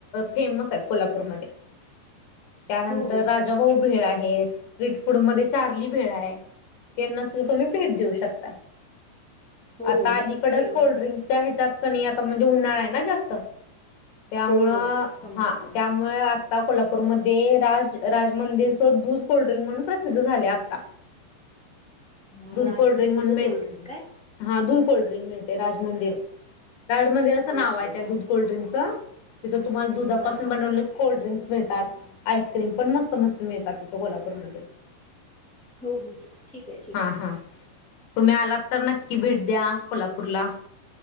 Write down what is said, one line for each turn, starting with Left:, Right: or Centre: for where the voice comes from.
Left: फेमस आहेत कोल्हापूरमध्ये त्यानंत
Centre: हो हो
Left: तर
Centre: हो
Left: राजाभाऊ
Centre: नक्की मी
Left: भेळ आहे स्ट्रीट फूड मध्ये. चारली भेळ आहे त्यांना सुद्धा तुम्ही भेट देऊ शकता.
Centre: हो
Left: आता
Centre: हो
Left: अलीकडच
Centre: नक्की अ,
Left: कोल्ड्रिंक्सच्या
Centre: नक्की
Left: ह्याच्यात पण यात म्हणजे उन्हाळाय न जास्त. त्यामुळं
Centre: होय होय समजते
Left: हा त्यामुळे ता कोल्हापूरमध्ये राज राज मंदिरच दूध कोल्ड्रिंक म्हणून प्रसिद्ध झाले आता.
Centre: अ,
Left: दूध
Centre: राज
Left: कोल्ड्रिंक
Centre: मंदिरचं
Left: म्हणून मिळ
Centre: कोल्ड्रिंक काय
Left: हा दूध कोल्ड्रिंक मिळ- ते राजमंदिर. राज मंदिर असं नाव
Centre: ओके
Left: आहे त्या
Centre: ओके
Left: दूध कोल्ड्रिंकचं. तिथून तुम्हाला दुधापासून
Centre: हा हा
Left: बनवलेले
Centre: हां
Left: कोल्ड्रिंक्स मिळतात. आईसक्रीम, पण मस्त-मस्त मिळतात तिथं कोल्हापूरमध्ये.
Centre: हो हो ठीक हाय ठीक
Left: हा
Centre: हाय.
Left: हा तुम्ही आलात तर नक्की भेट द्या कोल्हापूरला.